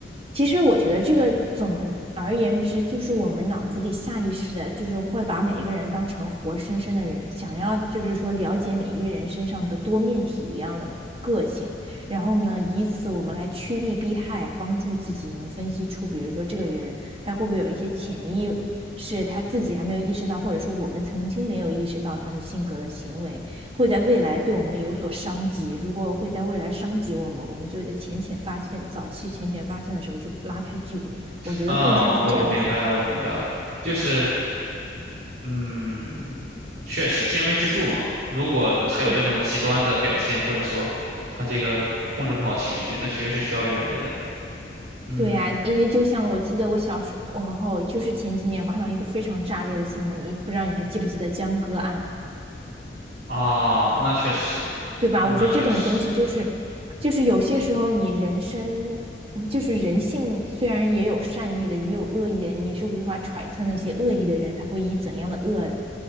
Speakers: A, on the right; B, on the right.
A: 其实我觉得这个总而言之，就是我们脑子里下意识的，就是会把每一个人当成活生生的人，想要就是说了解每一个人身上的多面体一样的个性，然后呢，以此我们来趋利避害，帮助自己能分析出，比如说这个人他会不会有一些潜意。识，他自己还没有意识到，或者说我们曾经没有意识到他的性格的行为，会在未来对我们有所伤及。如果会在未来伤及我们，我们就在浅浅发现、早期浅浅发现的时候就拉开距离。我觉得更像是这样子吧。
B: 嗯，我我明白了，我明白了，就是，嗯，确实，见微知著嘛。如果他有这种极端的表现，
A: 是的，
B: 或者说他这个控制不好情绪，那确实是需要远离的。嗯，
A: 对呀、啊因为就像我记得我小时候，就是前几年我看到一个非常炸裂的新闻，你不知道你还记不记得江歌案？
B: 啊，那确实，
A: 对吧？
B: 那确实，
A: 我觉得这种东西就是，就是有些时候你人生就是人性，虽然也有善意的，也有恶意的，你是无法揣测那些恶意的人他会以怎样的恶，